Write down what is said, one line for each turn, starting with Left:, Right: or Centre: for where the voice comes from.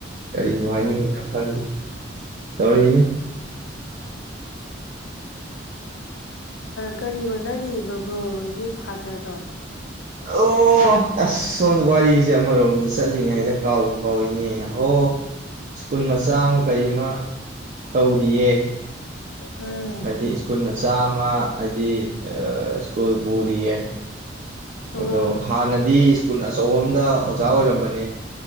Right: ꯀꯔꯤꯕꯨ ꯍꯥꯏꯅꯤꯡꯉꯤꯅꯣ ꯈꯪꯗꯦ ꯇꯧꯔꯛꯏꯅꯤ
Left: ꯀꯔꯤ ꯍꯣꯠꯅꯔꯤꯕ ꯕ꯭ꯔꯣ ꯍ‌ꯣꯏꯒꯤ ꯐꯥꯗꯔꯗꯣ
Right: ꯑꯣ ꯑꯣ ꯑꯁ ꯁꯣꯝꯗ ꯋꯥꯔꯤꯁꯦ ꯑꯃꯔꯣꯝꯗ ꯆꯠꯂꯤꯉꯩꯗ ꯀꯥꯎꯕꯨ ꯀꯥꯎꯏꯅꯦ ꯑꯣ ꯁ꯭ꯀꯨꯜ ꯃꯆꯥ ꯑꯃ ꯀꯔꯤ ꯑꯃ ꯇꯧꯔꯤꯌꯦ
Left: ꯎꯝ
Right: ꯍꯥꯏꯗꯤ ꯁ꯭ꯀꯨꯜ ꯃꯆꯥ ꯑꯃ ꯍꯥꯏꯗꯤ ꯑꯥ ꯁ꯭ꯀꯨꯜ ꯄꯨꯔꯤꯌꯦ
Left: ꯑꯣ
Right: ꯑꯗꯣ ꯍꯥꯟꯅꯗꯤ ꯁ꯭ꯀꯨꯜ ꯑꯆꯧꯕ ꯑꯃꯥꯗ ꯑꯣꯖꯥ ꯑꯣꯏꯔꯝꯕꯅꯦ